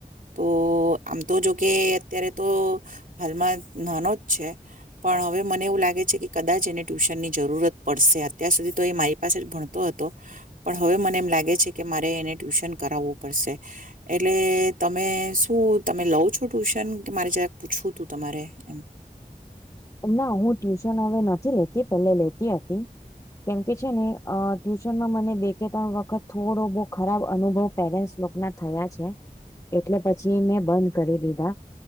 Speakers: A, on the right; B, on the left.
A: તો આમ તો જોકે અત્યારે તો હાલમાં નાનો જ છે પણ હવે મને એવું લાગે છે કે કદાચ એને ટ્યુશનની જરૂરત પડશે. અત્યાર સુધી તો એ મારી પાસે જ ભણતો હતો, પણ હવે મને એમ લાગે છે કે મારે એને ટ્યુશન કરાવવું પડશે. એટલે તમે શું તમે લઉ છો ટ્યુશન, કે મારે જરાક પૂછવું તું તમારે એમ.
B: ના, હું ટ્યુશન હવે નથી લેતી, પહેલે લેતી હતી. કેમકે છે ને, અ ટ્યુશનમાં મને બે કે ત્રણ વખત થોડો બહુ ખરાબ અનુભવ પેરેન્ટ્સ લોકના થયા છે. એટલે પછી મેં બંધ કરી દીધા.